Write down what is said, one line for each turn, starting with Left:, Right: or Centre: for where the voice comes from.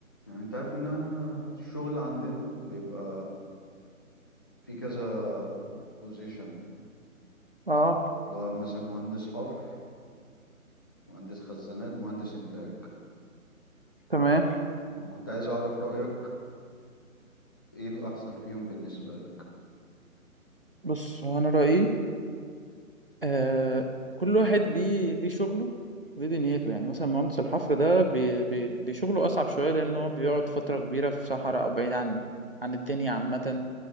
Left: يعني انت عارف ان انا الشغل عندنا بيبقى في كذا بوزيشن
Right: اه
Left: اللي هو مثلا مهندس حفر مهندس خزانات مهندس انتاج
Right: تمام
Left: انا كنت عايز اعرف رأيك ايه الاحسن فيهم بالنسبة لك
Right: بص هو انا رأيي آه كل واحد ليه ليه شغله ليه دنيته يعني مثلا مهندس الحفر ده بي بي بشغله اصعب شوية لانه هو بيقعد فترة كبيرة في صحراء او بعيد عن عن الدنيا عامة